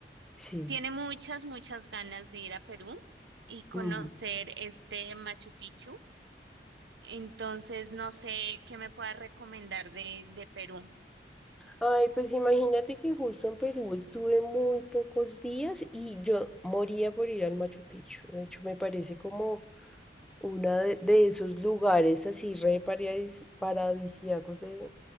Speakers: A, in the centre; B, on the right.
A: sí.
B: tiene muchas, muchas ganas de ir a Perú y conocer
A: ujú.
B: este Machu Picchu. Entonces, no sé qué me puedas recomendar de, de Perú.
A: Ay, pues imagínate que justo en Perú estuve muy pocos días y yo moría por ir al Machu Picchu. De hecho, me parece como uno de, de esos lugares así re paradis- paradisíacos del